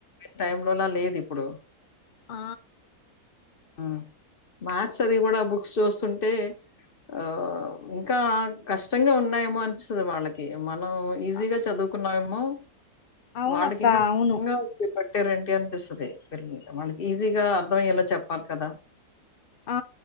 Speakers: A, on the left; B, on the left.
A: టైమ లోలా లేదు ఇప్పుడు
B: ఆ
A: ఆ... మ్యాథ్స్ చదవి కూడా బుక్స్ చూస్తుంటే అంటే ఆ ఇంకా కష్టంగా ఉన్నాయేమో ఆనిపిస్తాది వాళ్ళకి మనం ఈజీగా
B: అ-
A: చదువుకున్నామో
B: అవునక్క
A: వాళ్ళకి ఇంకా కష్టంగా
B: అవును
A: బట్టిరంటి అనిపిస్తాది పెరిగి వాళ్ళకి ఈజీగా అర్థమయ్యేలా చెప్పాలి కదా
B: ఆ